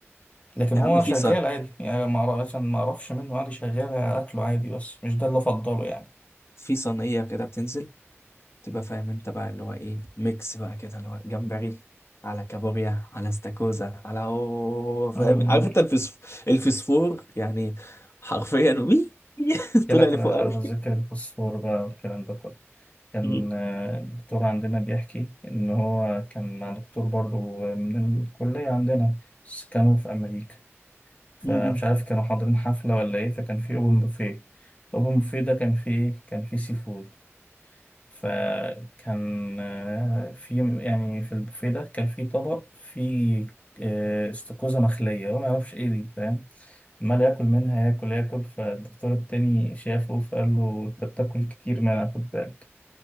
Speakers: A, on the left (about 25°); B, on the left (about 60°).
A: لكن
B: يا
A: هو
B: عم في
A: شغال
B: صن...
A: عادي يعني ما أعرف- مثلا ما اعرفش منه عادي شغال اكله عادي بس مش ده اللي افضله يعني
B: في صينيه كده بتنزل تبقى فاهم انت بقى اللي هو ايه ميكس بقى كده اللي هو جمبري على كابوريا على استاكوزا على اوه فاهم
A: امم
B: عارف انت الفسف... الفسفور يعني حرفيا وي <laughs>
A: احكي
B: طلع
A: لك
B: لفوق
A: على على
B: قوي
A: ذكر الفوسفور بقى والكلام ده كله كان
B: مم.
A: آه، الدكتور عندنا بيحكي ان هو كان مع دكتور برضو من الكلية عندنا بس كانوا في امريكا فمش
B: مم.
A: عارف كانوا حاضرين حفلة ولا ايه فكان في اوبن بوفيه اوبن بوفيه ده كان فيه ايه كان فيه سي فود فكان آه، في يعني في البوفيه ده كان في طبق فيه آه، استاكوزا مخلية هو ما يعرفش ايه دي فاهم عمال ياكل منها ياكل ياكل فالدكتور التاني شافه فقال له انت بتاكل كتير منها خد بالك